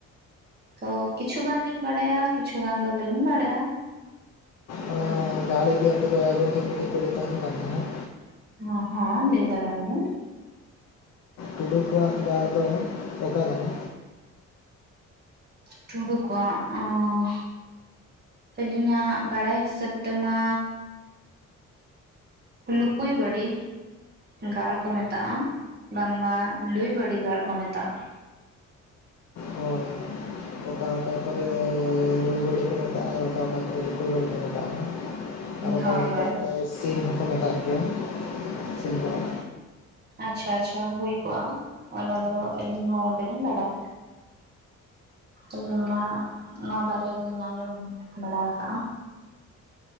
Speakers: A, on the right; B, on the left.
A: ᱛᱚ ᱠᱤᱪᱷᱩ ᱜᱟᱱ ᱞᱤᱧ ᱵᱟᱲᱟᱭᱟ ᱠᱤᱪᱷᱩ ᱜᱟᱱ ᱫᱚ ᱵᱟᱹᱞᱤᱧ ᱵᱟᱲᱟᱭᱟ᱾
B: ᱚᱱᱟ ᱜᱟᱲ ᱤᱫᱤ ᱠᱟᱛᱮᱜ ᱜᱮ ᱟᱹᱵᱤᱱ ᱴᱷᱮᱱ ᱢᱤᱫᱴᱤᱡ ᱠᱩᱞᱤ ᱛᱟᱦᱮᱱ ᱠᱟᱱ ᱛᱟᱦᱮᱸᱜᱼᱼ
A: ᱦᱚᱸ ᱦᱚᱸ ᱞᱟᱹᱭ ᱫᱟᱲᱮᱜ ᱟᱵᱮᱱ᱾
B: ᱴᱩᱰᱩ ᱠᱚᱣᱟᱜ ᱜᱟᱲ ᱫᱚ ᱚᱠᱟ ᱠᱟᱱᱟ?
A: ᱴᱩᱰᱩ ᱠᱚᱣᱟᱜ ᱚᱸᱻ ᱟᱹᱞᱤᱧᱟᱜ ᱵᱟᱲᱟᱭ ᱦᱤᱥᱟᱹᱵᱽ ᱛᱮᱢᱟᱻ ᱞᱩᱠᱩᱭ ᱵᱟᱹᱲᱤ᱾ ᱜᱟᱲ ᱠᱚ ᱢᱮᱛᱟᱜ-ᱟ ᱵᱟᱝ ᱢᱟ ᱞᱩᱭ ᱵᱟᱹᱲᱤ ᱜᱟᱲ ᱠᱚ ᱢᱮᱛᱟᱜ-ᱟ᱾
B: ᱦᱚᱭ ᱚᱠᱟ ᱼᱼ ᱚᱠᱟ ᱠᱚᱨᱮᱻ ᱞᱩᱼᱼ ᱵᱟᱹᱲᱤ ᱠᱚ ᱢᱮᱛᱟᱜ-ᱟ ᱟᱨ ᱚᱠᱟᱼᱼ ᱚᱠᱟ ᱠᱚᱨᱮ ᱞᱩᱠᱩᱭ ᱵᱟᱹᱲᱤ ᱠᱚ ᱢᱮᱛᱟᱜ-ᱟ᱾ ᱟᱨ ᱚᱠᱟ
A: ᱦᱳᱭ ᱦᱳᱭ
B: ᱠᱚᱨᱮ ᱥᱤᱢ ᱦᱚᱸᱠᱚ ᱢᱮᱛᱟᱜ ᱜᱮᱭᱟ ᱥᱤᱢ ᱜᱟᱲ᱾
A: ᱟᱪᱪᱷᱟ ᱟᱪᱪᱷᱟ ᱦᱩᱭ ᱠᱚᱜ-ᱟ ᱚᱱᱟ ᱫᱚ ᱟᱹᱞᱤᱧ ᱦᱚᱸ ᱵᱟᱹᱞᱤᱧ ᱵᱟᱲᱟᱭᱟ᱾ ᱟᱹᱞᱤᱧ ᱢᱟ ᱱᱚᱶᱟ ᱵᱟᱨᱭᱟ ᱜᱮᱞᱤᱧ ᱟᱸᱡᱚᱢ ᱵᱟᱲᱟ ᱟᱠᱟᱜ-ᱟ᱾